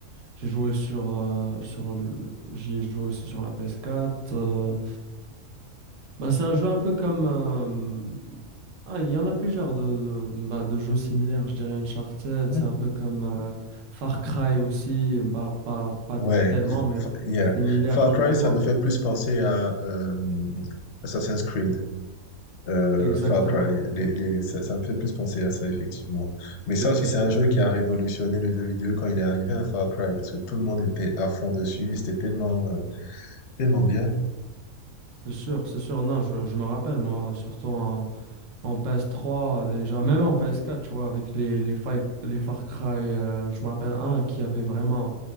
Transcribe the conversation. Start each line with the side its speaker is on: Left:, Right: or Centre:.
Right: j'ai joué sur euh, sur le- j'y ai joué aussi sur la PS4 euh, Bah, c'est un jeu un peu comme... euh, Ah, il y en a plusieurs de, de, bah, de jeux similaires, je dirais Uncharted,
Left: Mhm.
Right: c'est un peu comme euh, Far Cry aussi, pas, pas, pas
Left: Ouais,
Right: tellement, mais aussi
Left: Fa- yeah.
Right: similaire,
Left: Far
Right: tu
Left: Cry,
Right: vois.
Left: ça me fait plus penser à euh, Assassin's Creed. Euh,
Right: Exactement.
Left: Far Cry,
Right: d'accord.
Left: les, les- ça, ça me fait plus penser à ça, effectivement. Mais ça
Right: C'est vrai,
Left: aussi, c'est
Right: c'est
Left: un
Right: vrai.
Left: jeu qui a révolutionné le jeu vidéo quand il est arrivé à Far Cry, parce que tout le monde était à fond dessus, et c'était tellement, euh, tellement bien.
Right: C'est sûr, c'est sûr. Non, je, je me rappelle, moi, surtout en, en PS3 déjà, même en PS4, tu vois, avec les, les, Fi- les Far Cry, euh, je me rappelle un qui avait vraiment,